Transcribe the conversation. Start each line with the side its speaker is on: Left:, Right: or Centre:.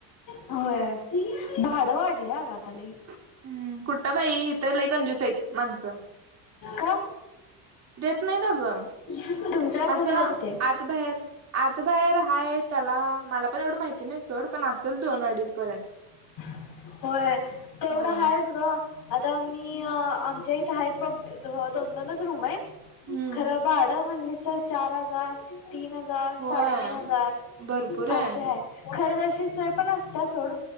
Left: व्हय भाडं वाढलय ग आता लई.
Right: हम्म कुठ बाई इथ लई कंज्युस आहेत माणसं.
Left: का?
Right: देत नाहीत अगं
Left: <unintelligible> तुमच्या
Right: असं
Left: खोलीला किती आहे.
Right: आत बाहेर आत बाहेर हाय त्याला मला पण एवढं माहिती नाही सोड पण असेल दोन अडीच पर्यंत
Left: <inaudible> होय तेवढं
Right: होय
Left: आहेच ग आता मी आमच्या इथ आहेत बघ दोन दोनच रूम आहेत
Right: हम्म
Left: खरं भाडं म्हणली सर चार हजार तीन हजार
Right: होय
Left: साडेतीन हजार
Right: भरपूर आहे
Left: अशे आहेत. खरं तशी सोय पण असत्या सोड.